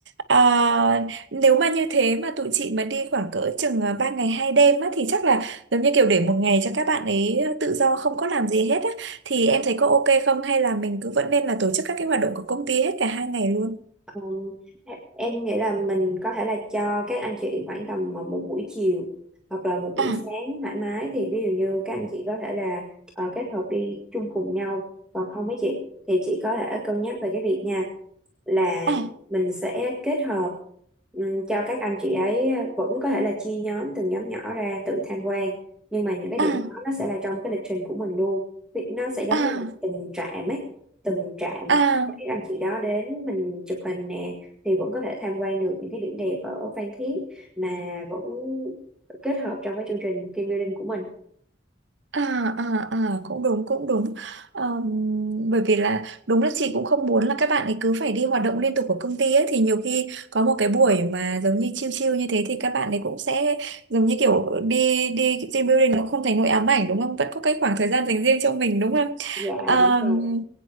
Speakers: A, on the right (about 75°); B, in the centre.
A: À, nếu mà như thế mà tụi chị mà đi khoảng cỡ chừng à, 3 ngày 2 đêm á thì chắc là giống như kiểu để một ngày cho các bạn ấy ờ, tự do không có làm gì hết á thì em thấy có ok không hay là mình cứ vẫn nên là tổ chức các cái hoạt động của công ty hết cả hai ngày luôn?
B: Ờ, em nghĩ là mình có thể là cho các anh chị khoảng tầm một một buổi chiều hoặc là một
A: à
B: buổi sáng thoải mái thì ví dụ như các anh chị có thể là ờ, kết hợp đi chung cùng nhau còn không với chị thì chị có thể cân nhắc về cái việc nha là
A: à
B: mình sẽ kết hợp ừm, cho các anh chị ấy ờ, vẫn có thể là chia nhóm từng nhóm nhỏ ra tự tham quan nhưng mà những cái điểm
A: à
B: đó nó sẽ là trong cái lịch trình của mình luôn Vì nó sẽ giống
A: à
B: như một từng trạm ấy từng trạm
A: à
B: các anh chị đó đến mình chụp hình nè thì vẫn có thể tham quan được những cái điểm đẹp ở Phan Thiết mà vẫn kết hợp trong cái chương trình team building của mình
A: À, à, à, cũng đúng cũng đúng Ờm, bởi vì là đúng là chị cũng không muốn là các bạn ấy cứ phải đi hoạt động liên tục của công ty ấy thì nhiều khi có một cái buổi mà giống như chill chill như thế thì các bạn ấy cũng sẽ giống như kiểu đi đi team building nó cũng không thành nỗi ám ảnh đúng không vẫn có cái khoảng thời gian dành riêng cho mình đúng không
B: dạ
A: Ờm,
B: đúng rồi